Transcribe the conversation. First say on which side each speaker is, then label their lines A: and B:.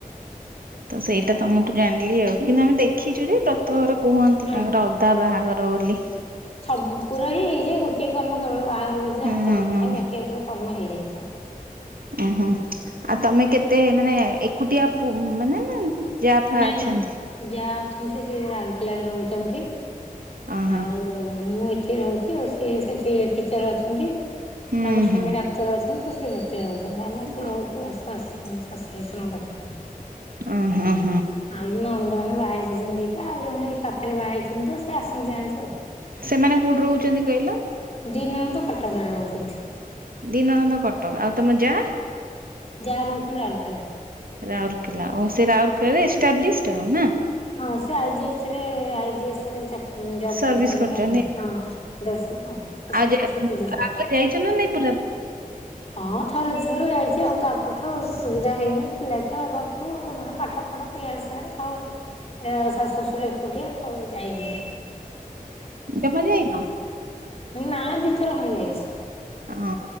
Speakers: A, on the right; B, on the left.
A: ତ ସେଇଟା ତମଠୁ ଜାଣ ଲି ଆଉ କିନ୍ତୁ ଆମେ ଦେଖିଚୁ ଯେ ବ୍ରତ ଘର କୁହନ୍ତି
B: ହଁ
A: ତାଙ୍କର ଅଧା ବାହାଘର ବୋଲି।
B: ଉଁ ପୁରା ହିଁ ହେଇଯାଏ ଗୋଟଏ କାମ କେବଳ ବାହାଘର ବେଦୀରେ
A: ହୁଁ
B: ହାତ ଗଣ୍ଠି
A: ହୁଁ
B: ଥାଏ ବାକି ଏ ସବୁ କର୍ମ ହେଇଯାଇଥାଏ।
A: ଉଁ ହୁଁ ଆଉ ତମେ କେତେ ମାନେ ଏକୁଟିଆ ପୁ ମାନେ ଯା ଫା
B: ନାଁ
A: ଅଛନ୍ତି?
B: ନାଁ ଯାହା ଅଛ୍ ଅନ୍ତି ସିଏ ରାଉଲକେଲାରେ ରହୁଚନ୍ତି
A: ଅହଁ
B: ଆଉ ମୁଁ ଏଠି ରହୁଚି ଆଉ ସେ ଇଏ ସେଠି ଟିଚର୍ ଅଛନ୍ତି ତାଙ୍କ
A: ହୁଁ
B: ସ୍ୱାମୀ
A: ହୁଁ
B: ଡାକ୍ତର୍ ଅଛନ୍ତି ତ ସିଏ ସେଠି ରହୁ ଚନ୍ତି ଆମେ ଏଠି
A: ଅ
B: ରହୁଚୁ ଆଉ ଶା ଶାଶୁ ଶଶୁରଙ୍କ ପାଖରେ।
A: ଅଁ ହଁ।
B: ଆଉ ନଣନ୍ଦମାନେ ବାହା ହେଇଯାଇଚନ୍ତି ଦିଇଟା ଆଉ ଜଣେ ଏଇ ପାଖରେ ବାହା ହେଇଚି। କିନ୍ତୁ ସେ ଆସନ୍ତି ଯାଆନ୍ତି ଆଉ।
A: ସେମାନେ କୋଉଠି ରହୁଛନ୍ତି କହିଲ?
B: ଦି ନଣନ୍ଦ କଟକରେ ରହୁଚନ୍ତି।
A: ଦି ନଣନ୍ଦ କଟକ ଆଉ ତମ ଯା?
B: ଯା ରହୁଚନ୍ତି ରାଉଲକେଲା।
A: ରାଉରକେଲା ଓ ସେ ରାଉରକେଲାରେ ଏଷ୍ଟାବ୍ଲିସଡ ଆଉ ନାଁ?
B: ହଁ ସେ ଆଇ ଜି ଏଚ୍ ରେ ଆଇ ଜି ଏଚ୍ ରେ ଚା ଉଁ ଜବ୍
A: ସର୍ଭିସ
B: କରୁଚନ୍ତି
A: କରୁଛନ୍ତି
B: ଆ ହଁ ଦେର୍ଶୁ ତ
A: ଆଉ
B: ସେଠି
A: ଯା
B: ସେ ଫିଜିସି
A: ରାଉରକେଲା ଯାଇଛ ନା ନାଇଁ ବୁଲା
B: ହଁ। ଥରେ ଥରେ ଯାଇଚି ଆଉ ତାପଠରୁ ସୁବିଧା ହେଇନି ପିଲାଛୁଆ ହେବାଠୁ ସେମାନେ ପାଠ ପଢ଼ା ଏଆଡ଼େ ସି ତାହା ବି ଆଉ ଅ ଶାଶୁ ଶଶୁର ଏକୁଟିଆ ତ ଯାଇ ହୋଉନି।
A: ଜମା ଯାଇନ?
B: ନାଁ ଦି ଥର ଖଣ୍ଡେ ଯାଇଛି।
A: ହଁ